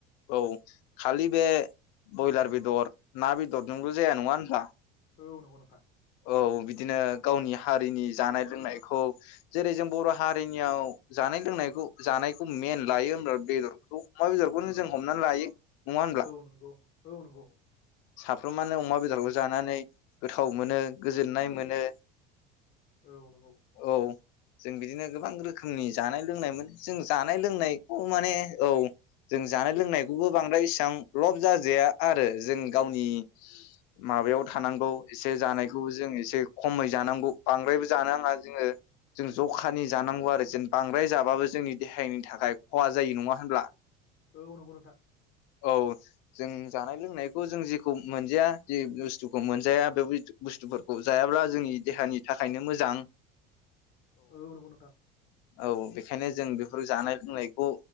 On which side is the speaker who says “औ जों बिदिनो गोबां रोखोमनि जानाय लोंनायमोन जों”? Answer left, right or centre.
Left